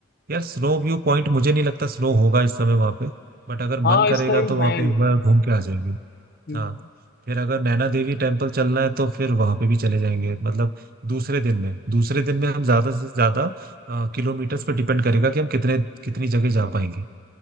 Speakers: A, on the right; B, on the left.
A: यार स्नो व्यू पॉइंट मुझे नहीं लगता स्नो होगा इस समय वहां पे बट अगर
B: हाँ
A: मन करेगा
B: इस टाइम
A: तो वहां
B: है
A: पे
B: नहीं
A: एक बार घूम के आ जाएंगे
B: हम्म,
A: हाँ फिर अगर नैना देवी टेम्पल चलना है तो फिर वहां पे भी चले जाएंगे मतलब दूसरे दिन में दूसरे दिन में हम ज्यादा से ज्यादा अ, किलोमीटर्स पे डिपेंड करेगा कि हम कितने कितनी जगह जा पाएंगे